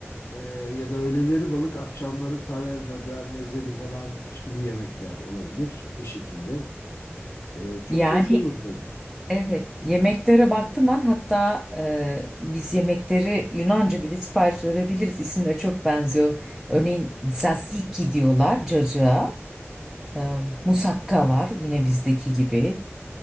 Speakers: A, on the left; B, in the centre.
A: e, ya da öğleleri balık, akşamları tavernada mezeli falan içkili yemekler olabilir bu şekilde. E, çok
B: Yani
A: hoş olur tabii.
B: evet yemeklere baktım ben hatta e, biz yemekleri Yunanca bile sipariş verebiliriz. İsimleri çok benziyor. Örneğin tzatziki diyorlar cacığa. E, musakka var yine bizdeki gibi.